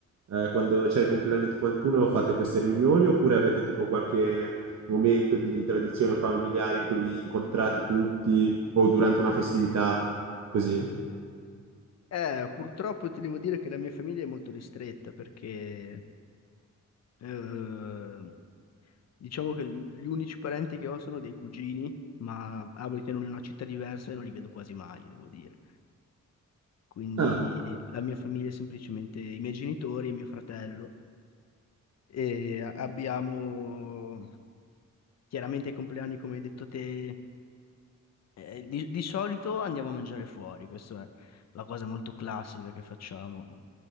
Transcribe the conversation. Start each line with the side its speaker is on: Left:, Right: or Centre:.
Right: eh, quando c'è il compleanno di qualcuno fate queste riunioni oppure avete tipo qualche momento di tradizione familiare in cui vi incontrate tutti o durante una festività, così?
Left: Eh, purtroppo ti devo dire che la mia famiglia è molto ristretta perché eh, diciamo che l- gli unici parenti che ho sono dei cugini, ma abitano in una città diversa e non li vedo quasi mai, devo dire. Quindi
Right: Ah,
Left: la mia famiglia è semplicemente i miei genitori e mio fratello e a- abbiamo Chiaramente i compleanni, come hai detto te, eh, di, di solito andiamo a mangiare fuori, questa è la cosa molto classica che facciamo.